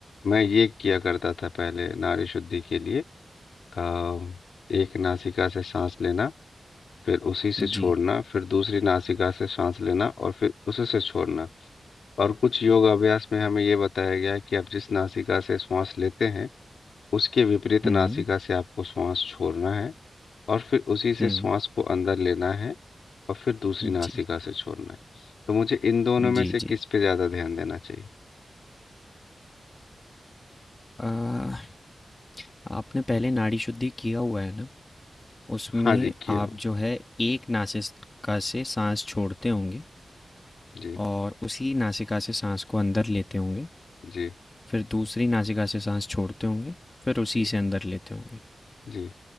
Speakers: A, on the left; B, on the left.
A: मैं ये किया करता था पहले नारी शुद्धि के लिए आ, एक नासिका से सांस लेना फिर उसी से छोड़ना
B: जी
A: फिर दूसरी नासिका से सांस लेना और फिर उसी से छोड़ना और कुछ योग अभ्यास में हमें ये बताया गया है कि आप जिस नासिका से श्वास लेते हैं उसके विपरीत
B: हम्म
A: नासिका से आपको श्वास छोड़ना है और फिर उसी से
B: हम्म
A: श्वास को अंदर लेना है और फिर दूसरी नासिका
B: जी
A: से छोड़ना है तो मुझे इन दोनों में
B: जी
A: से
B: जी
A: किस पे ज़्यादा ध्यान देना चाहिए
B: आ, आपने पहले नाड़ी शुद्धि किया हुआ है ना उसमें
A: हाँ जी किया
B: आप
A: हुआ
B: जो है एक नासिका से सांस छोड़ते होंगे
A: जी
B: और उसी नासिका से सांस को अंदर लेते होंगे
A: जी
B: फिर दूसरी नासिका से सांस छोड़ते होंगे फिर उसी
A: जी
B: से अंदर लेते होंगे
A: जी